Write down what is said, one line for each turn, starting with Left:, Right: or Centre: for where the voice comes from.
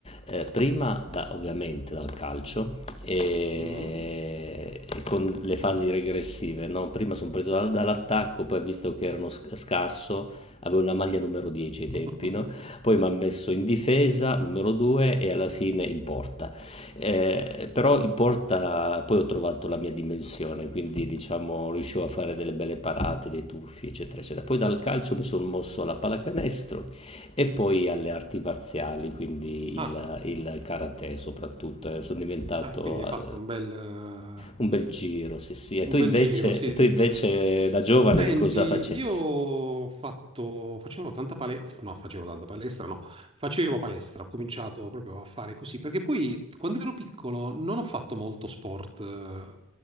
Left: eh, prima da- ovviamente dal calcio e,
Right: Mm.
Left: e con le fasi regressive, no? Prima sono partito dal- dall'attacco, poi visto che erano sc- scarso, avevo una maglia numero 10
Right: <laughs>
Left: ai tempi, no? Poi mi ha messo in difesa, numero 2 e alla fine in porta. Eh, però in porta poi ho trovato la mia dimensione, quindi diciamo riuscivo a fare delle belle parate, dei tuffi, eccetera, eccetera. Poi dal calcio mi sono mosso alla pallacanestro e poi alle arti marziali, quindi il,
Right: Ah,
Left: il karate soprattutto. eh, Sono diventato
Right: eh, quindi hai
Left: eh,
Right: fatto un bel, eh,
Left: un bel giro, sì, sì. E
Right: un
Left: tu
Right: bel
Left: invece,
Right: giro, sì,
Left: e tu
Right: sì.
Left: invece
Right: Senti,
Left: da giovane che cosa facevi?
Right: io ho fatto, facevo tanta palestra, no, facevo tanta palestra, no, facevo palestra, ho cominciato proprio a fare così, perché poi quando ero piccolo non ho fatto molto sport, eh,